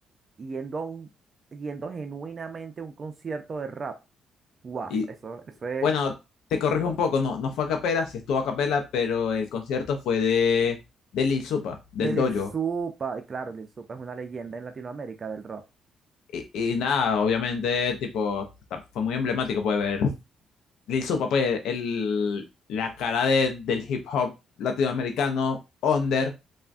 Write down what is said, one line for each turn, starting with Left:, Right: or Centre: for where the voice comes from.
Right: yendo a un, yendo genuinamente a un concierto de rap. guau
Left: Y
Right: eso, eso es
Left: bueno, te corrijo
Right: brutal.
Left: un poco, no, no fue a capela, sí estuvo a capela, pero el concierto fue de, de Lil Supa, del
Right: De Lil
Left: Dojo.
Right: Supa, y claro, Lil Supa es una leyenda en Latinoamérica del rap.
Left: Y, y nada, obviamente, tipo, ta- fue muy emblemático, puede ver Lil Supa, pues, el, la cara de, del hip hop latinoamericano, Under,